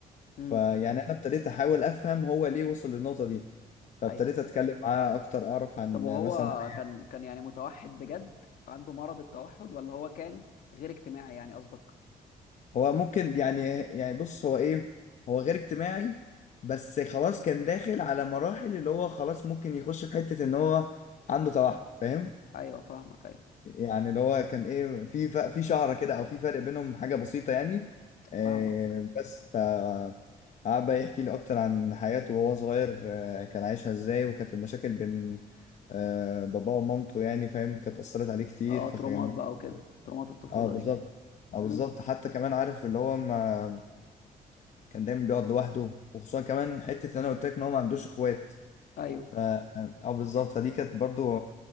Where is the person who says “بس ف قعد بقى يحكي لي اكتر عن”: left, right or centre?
Left